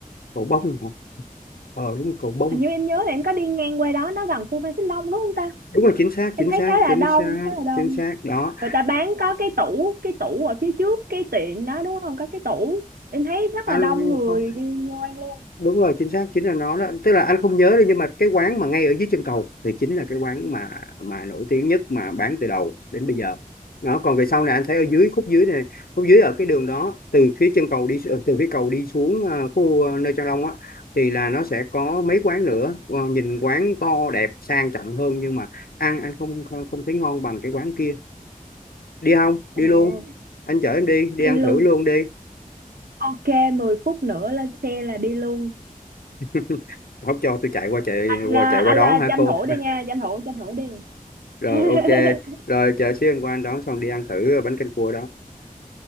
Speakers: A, on the left; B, on the right.
A: à, cầu bông hả? ờ đúng rồi, cầu bông
B: hình như em nhớ là em có đi ngang qua đó nó gần khu Phan Xích Long đúng không ta
A: đúng rồi chính xác
B: em
A: chính
B: thấy
A: xác
B: khá là
A: chính
B: đông
A: xác
B: khá là đông
A: chính xác đó
B: người ta bán có cái tủ cái tủ ở phía trước cái tiệm đó đúng không có cái tủ em thấy rất
A: anh
B: là đông người đi vô ăn luôn
A: đúng rồi chính xác chính là nó đó tức là anh không nhớ được nhưng mà cái quán mà ngay ở dưới chân cầu thì chính là cái quán mà mà nổi tiếng nhất mà bán từ đầu đến bây giờ nó còn về sau này anh thấy ở dưới khúc dưới này khúc dưới ở cái đường đó từ phía chân cầu đi xu- từ phía cầu đi xuống ờ, khu ờ, nơi Trang Long á thì là nó sẽ có mấy quán nữa Ờ, nhìn quán to đẹp sang trọng hơn nhưng mà ăn anh không không không thấy ngon bằng cái quán kia đi không đi
B: à
A: luôn anh chở em đi đi
B: đi
A: ăn
B: luôn
A: thử luôn đi
B: ok mười phút nữa lên xe là đi luôn
A: <laughs> không cho tôi chạy qua chạy
B: là
A: qua chạy
B: anh
A: qua đón
B: là
A: hả
B: tranh
A: cô
B: thủ đi nha tranh thủ tranh thủ đi
A: rồi
B: <laughs>
A: ok rồi chờ xíu anh qua anh đón xong đi ăn thử bánh canh cua đó